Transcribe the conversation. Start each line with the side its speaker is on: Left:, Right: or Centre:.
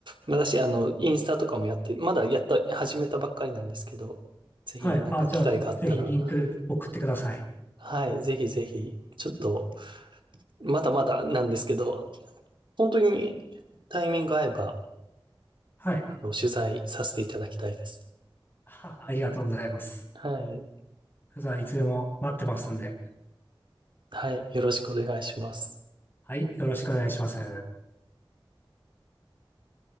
Right: 私、あの、インスタとかもやって、まだやった、始めたばっかりなんですけど、ぜひ、
Left: はい。
Right: なんか機会があったら、
Left: あ、じゃあ、ぜひリンク送ってください。
Right: はいはい、ぜひぜひ、ちょっと、まだまだなんですけど、本当にタイミング合えば、
Left: はい。
Right: あの、取材させていただきたいです。
Left: <laughs> はありがとうございます。
Right: はい、
Left: それではいつでも待ってますんで。
Right: はい、よろしくお願いします。
Left: はい。よろしくお願いします。